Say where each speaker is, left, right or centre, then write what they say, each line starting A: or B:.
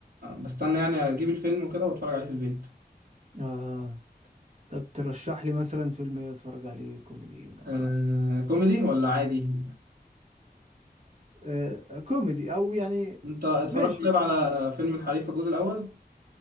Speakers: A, on the right; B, on the right.
A: بستنى يعني أجيب الفيلم وكده وأتفرج عليه في البيت
B: اه طب ترشح لي مثلا فيلم إيه اتفرج عليه كوميدي عربي
A: آه كوميدي ولا عادي؟
B: آه كوميدي او يعني
A: أنت اتفرجت
B: ماشي
A: طيب على
B: قول لي
A: فيلم الحريفة الجزء الأول؟